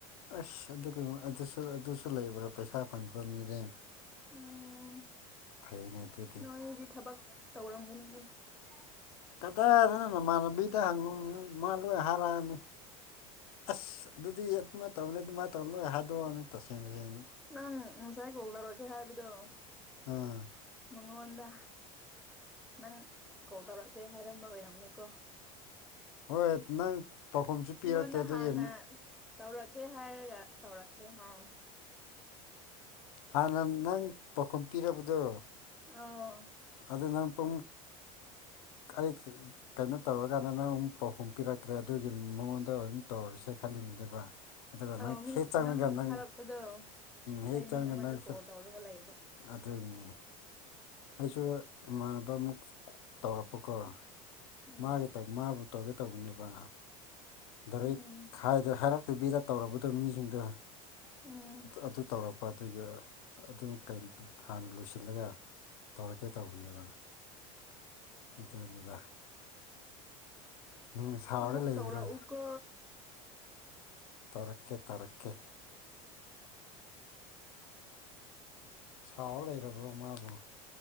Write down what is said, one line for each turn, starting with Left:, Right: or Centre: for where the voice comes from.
Left: ꯑꯁ ꯑꯗꯨꯒ ꯑꯗꯨꯁꯨ ꯑꯗꯨꯁꯨ ꯂꯩꯕ꯭ꯔꯥ ꯄꯩꯁꯥ ꯐꯪꯗ꯭ꯔꯥ ꯃꯤꯔꯦꯝ
Centre: ꯎꯝ
Left: ꯐꯩꯅꯦ ꯑꯗꯨꯗꯤ
Centre: ꯅꯣꯏꯗꯤ ꯊꯕꯛ ꯇꯧꯔꯝꯒꯅꯤꯅꯦ ꯑ <inaudible>
Left: ꯀꯗꯥꯏꯗꯅ ꯅꯃꯥꯟꯅꯕꯤꯗ ꯍꯪꯉ ꯃꯥ ꯂꯣꯏ ꯍꯥꯏꯔꯛꯑꯅꯤ ꯑꯁ ꯑꯗꯨꯗꯤ ꯑꯗꯨꯃꯥꯏꯅ ꯇꯧꯅꯤ ꯑꯗꯨꯃꯥꯏꯅ ꯇꯧ ꯂꯣꯏ ꯍꯥꯏ ꯍꯥꯗꯣꯛꯑꯅꯤ ꯇꯁꯦꯡ ꯇꯁꯦꯡꯅ
Centre: ꯅꯪ ꯉꯁꯥꯏ ꯀꯣꯛ ꯂꯧꯔꯒꯦ ꯍꯥꯏꯕꯗꯣ
Left: ꯎꯝ
Centre: ꯃꯉꯣꯟꯗ ꯅꯪ ꯀꯣꯜ ꯇꯧꯔꯛꯀꯦ ꯍꯥꯏꯔꯝꯕ ꯑꯣꯏꯔꯝꯅꯤꯀꯣ
Left: ꯍꯣꯏ ꯅꯪ ꯄꯥꯎꯈꯨꯝꯁꯨ
Centre: ꯑꯩꯉꯣꯟꯗ
Left: ꯄꯤꯔꯛꯇꯦ ꯑꯗꯨꯒꯤ
Centre: ꯍꯥꯟꯅ ꯇꯧꯔꯛꯀꯦ ꯍꯥꯏꯔꯒ ꯇꯧꯔꯛꯂꯦ ꯍꯥꯏ
Left: ꯍꯥꯟꯅ ꯅꯪ ꯄꯥꯎꯈꯨꯝ ꯄꯤꯔꯕꯗꯣ
Centre: ꯑꯥꯎ
Left: ꯑꯗꯨ ꯅꯪ ꯄꯨꯡ ꯀꯥꯗꯦꯍꯦ ꯀꯩꯅꯣ ꯇꯧꯔꯀꯥꯟꯗ ꯅꯪ ꯑꯃꯨꯛ ꯄꯥꯎꯈꯨꯝ ꯄꯤꯔꯛꯇ꯭ꯔꯦ ꯑꯗꯨꯒꯤ ꯃꯉꯣꯟꯗ ꯑꯣꯏꯅꯝ ꯇꯧꯔꯁꯦ ꯈꯜꯂꯤꯕꯅꯦꯕ ꯑꯗꯨꯒ
Centre: ꯑꯧ
Left: ꯅꯪ
Centre: ꯃꯤ
Left: ꯈꯦꯠ ꯆꯪꯉꯒ ꯅꯪ
Centre: ꯊꯥꯔꯛꯄꯗꯣ
Left: ꯍꯦꯛ
Centre: ꯑꯩ
Left: ꯆꯪꯒ
Centre: ꯃꯤ ꯑꯃꯗ
Left: ꯅꯪꯁꯨ
Centre: ꯀꯣꯜ ꯇꯧꯔꯒ ꯂꯩꯌꯦꯕ
Left: ꯑꯗꯨꯒꯤꯅꯤ ꯑꯩꯁꯨ ꯏꯃꯥꯟꯅꯕ ꯑꯃꯨꯛ ꯇꯧꯔꯛꯄꯀꯣ
Centre: ꯎꯝ
Left: ꯃꯥꯒꯤ ꯇ ꯃꯥꯕꯨ ꯇꯧꯒꯦ ꯇꯧꯕꯅꯦꯕ ꯗꯥꯔꯩ
Centre: ꯎꯝ
Left: ꯈꯥꯏꯗ ꯍꯥꯏꯔꯛꯇꯕꯤꯗ ꯇꯧꯔꯕꯗꯣ ꯃꯤꯁꯤꯡꯗꯣ
Centre: ꯎꯝ
Left: ꯑꯗꯨ ꯇꯧꯔꯛꯄ ꯂꯨꯄꯥꯗꯨꯒꯤ ꯑꯗꯨꯝ ꯍꯥꯟꯅ ꯂꯣꯏꯁꯤꯜꯂꯒ ꯇꯧꯔꯛꯀꯦ ꯇꯧꯕꯅꯦꯕ ꯑꯗꯨꯅꯤꯗ ꯅꯪ ꯁꯥꯎꯔ
Centre: ꯑꯃꯨꯛ
Left: ꯂꯩꯕ꯭ꯔꯣ
Centre: ꯇꯧꯔꯛꯎꯀꯣ
Left: ꯇꯥꯔꯛꯀꯦ ꯇꯥꯔꯛꯀꯦ ꯁꯥꯎꯔ ꯂꯩꯔꯕ꯭ꯔꯣ ꯃꯥꯕꯨ